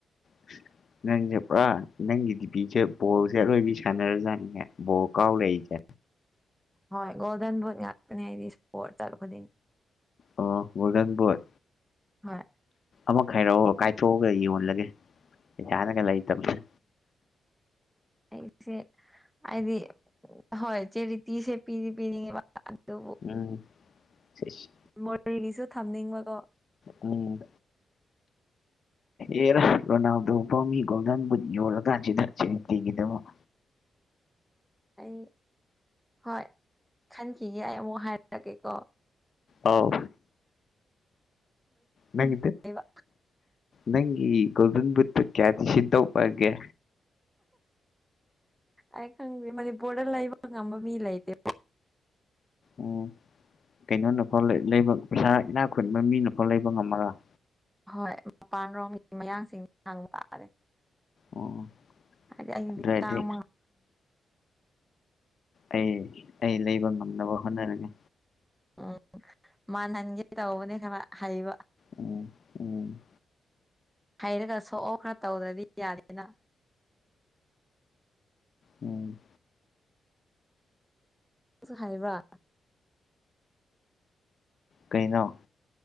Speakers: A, on the left; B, in the centre.
A: <unintelligible> ꯅꯪꯁꯦ ꯄꯨꯔꯥ ꯅꯪꯒꯤ ꯗꯤꯄꯤꯁꯦ ꯕꯣꯜꯁꯦ ꯑꯔꯣꯏꯕꯤ ꯁꯥꯟꯅꯔꯖꯥꯠꯅꯤꯍꯦ ꯕꯣꯜ ꯀꯥꯎꯔꯛꯢꯁꯦ
B: ꯍꯣꯏ ꯒꯣꯜꯗꯟ ꯚꯨꯠ ꯉꯥꯛꯇꯅꯦ ꯍꯥꯏꯗꯤ ꯏꯁꯄꯣꯔꯠ ꯆꯠ ꯈꯨꯗꯤꯡ
A: ꯑꯣ ꯒꯣꯜꯗꯟ ꯚꯨꯠ
B: ꯍꯣꯏ
A: ꯑꯃ ꯈꯥꯏꯔꯛꯑꯣ ꯀꯥꯏꯊꯣꯛꯑꯒ ꯌꯣꯜꯂꯒꯦ ꯄꯩꯁꯥꯅꯒ ꯂꯩꯇꯕꯅꯦ
B: ꯑꯩꯁꯦ ꯍꯥꯏꯗꯤ ꯍꯣꯏ ꯆꯦꯔꯤꯇꯤꯁꯦ ꯄꯤꯗꯤ ꯄꯤꯅꯤꯡꯉꯦꯕ ꯑꯗꯨꯕꯨ
A: ꯎꯝ ꯁꯤꯁ
B: ꯃꯣꯔꯦꯒꯤꯁꯨ ꯊꯝꯅꯤꯡꯕꯀꯣ
A: ꯎꯝ ꯑꯦꯔ ꯔꯣꯅꯥꯜꯗꯣ ꯐꯥꯎꯒꯤ ꯒꯣꯜꯗꯟ ꯕꯨꯠ ꯌꯣꯜꯂꯒꯀꯥꯟꯁꯤꯇꯥ ꯆꯦꯔꯤ ꯄꯤꯒꯤꯗꯃꯛ
B: ꯑꯩ ꯍꯣꯏ ꯈꯟꯈꯤꯒꯦ ꯑꯩ ꯑꯃꯨꯛ ꯍꯥꯏꯔꯛꯀꯦꯀꯣ
A: ꯑꯥꯎ ꯅꯪ
B: ꯂꯩꯕ
A: ꯅꯪꯒꯤ ꯒꯣꯜꯗꯟ ꯕꯨꯠꯇ ꯀꯌꯥꯗꯤ ꯁꯤꯠꯇꯧ ꯃꯥꯟꯒꯦ
B: ꯑꯩ ꯈꯪꯗꯦ ꯃꯅꯤꯄꯨꯔꯗ ꯂꯩꯕ ꯉꯝꯕ ꯃꯤ ꯂꯩꯇꯦ
A: ꯎꯝ ꯀꯩꯅꯣꯅꯐꯥꯎ ꯂꯩꯕ ꯄꯩꯁꯥ ꯏꯅꯥꯛ ꯈꯨꯟꯕ ꯃꯤꯅꯐꯥꯎ ꯂꯩꯕ ꯉꯝꯃꯔꯣꯢ
B: ꯍꯣꯏ ꯃꯄꯥꯟ ꯔꯣꯝꯒꯤ ꯃꯌꯥꯡꯁꯤꯡ ꯍꯪꯕ ꯇꯥꯔꯦ
A: ꯑꯣ
B: ꯍꯥꯏꯗꯤ ꯑꯩꯗꯤ
A: ꯑꯗꯨ ꯑꯣꯏꯔꯗꯤ
B: ꯇꯥꯡꯕ
A: ꯑꯩ ꯑꯩ ꯂꯩꯕ ꯉꯝꯅꯕ ꯍꯣꯠꯅꯔꯒꯦ
B: ꯎꯝ ꯃꯟꯍꯟꯒꯦ ꯇꯧꯕꯅꯦ ꯈꯔ ꯍꯩꯕ
A: ꯎꯝ ꯎꯝ
B: ꯍꯩꯔꯒ ꯁꯣꯛꯑꯣ ꯈꯔ ꯇꯧꯗ꯭ꯔꯗꯤ ꯌꯥꯗꯦꯅ
A: ꯎꯝ
B: ꯍꯥꯏꯕ꯭ꯔꯥ
A: ꯀꯩꯩꯅꯣ